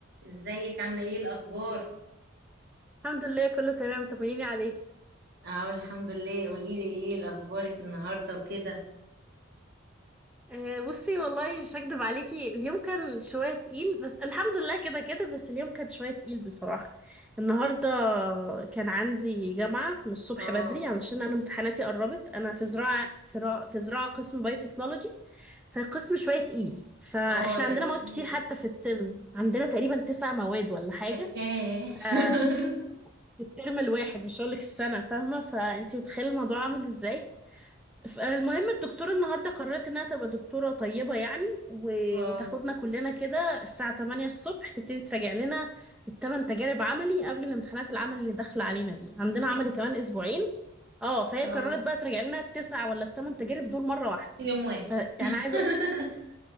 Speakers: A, on the right (about 55°); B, in the centre.
A: ازيك عاملة ايه الأخبار؟
B: الحمد لله كله تمام طمنيني عليكي
A: اه الحمد لله قوليلي ايه الأخبارك النهاردة وكده
B: أه بصي والله مش هكدب عليكي اليوم كان شوية تقيل بس الحمد لله كده كده بس اليوم كان شوية تقيل بصراحة النهاردة كان عندي جامعة من الصبح
A: اه
B: بدري علشان أنا امتحاناتي قربت أنا في زراعة في, را- في زراعة قسم باي تكنولوجي فقسم شوية تقيل فإحنا
A: اه
B: عندنا
A: ده تقيل
B: مواد كتير حتى في الترم عندنا تقريبا تسع مواد ولا حاجة
A: يا- ياه
B: ففي
A: <laughs>
B: الترم الواحد مش هقولك السنة فاهمة فأنتي متخيلة الموضوع عامل ازاي فالمهم الدكتورة النهاردة قررت انها تبقى دكتورة طيبة يعني و...
A: اه
B: وتاخدنا كلنا كده الساعة 8 الصبح تبتدي تراجع لنا الثمان تجارب عملي قبل الامتحانات العمل اللي داخلة علينا دي عندنا
A: يا-
B: عملي كمان اسبوعين اه فهي
A: اه
B: قررت بقى تراجع لنا التسعة ولا الثمان تجارب دول مرة واحدة
A: في يوم واحد
B: فيعني
A: <laughs>
B: عايزة